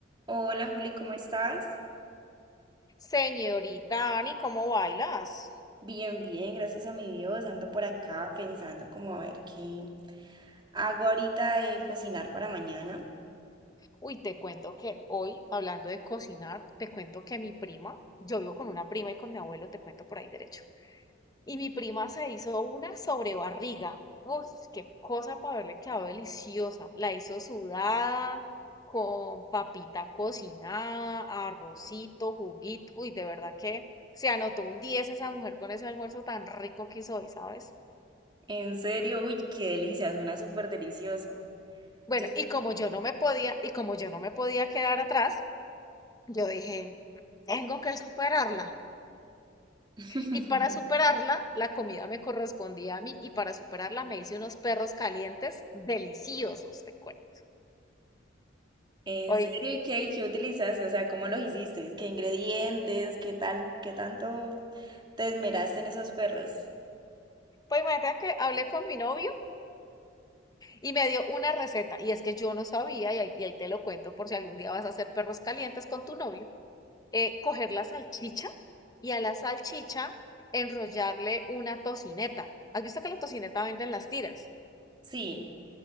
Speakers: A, on the right (about 25°); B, on the left (about 20°).
A: Hola Juli, ¿cómo estás?
B: Señorita Ani, ¿cómo bailas?
A: Bien, bien, gracias a mi Dios. Ando por acá pensando como a ver qué hago ahorita de cocinar para mañana.
B: Uy, te cuento que hoy, hablando de cocinar, te cuento que mi prima, yo vivo con una prima y con mi abuelo, te cuento por ahí derecho. Y mi prima se hizo una sobrebarriga. Uf, qué cosa para haberle quedado deliciosa. La hizo sudada, con papita cocinada, arrocito, juguito. Uy, de verdad que se anotó un 10 esa mujer con ese almuerzo tan rico que hizo hoy, ¿sabes?
A: En serio, uy, qué delicia, suena súper delicioso.
B: Bueno,
A: Yo sí.
B: y como yo no me podía, y como yo no me podía quedar atrás, yo dije, tengo que superarla.
A: <laughs>
B: Y para superarla, la comida me correspondía a mí, y para superarla me hice unos perros calientes deliciosos, te cuento.
A: En
B: Hoy,
A: serio, ¿y qué, y qué utilizaste? O sea, ¿cómo lo hiciste? ¿Qué ingredientes? ¿Qué tal? ¿Qué tanto te esmeraste en esos perros?
B: pues imagínate que hablé con mi novio y me dio una receta, y es que yo no sabía, y ahí, y ahí te lo cuento por si algún día vas a hacer perros calientes con tu novio, eh, coger la salchicha y a la salchicha enrollarle una tocineta. ¿Has visto que la tocineta venden las tiras?
A: Sí.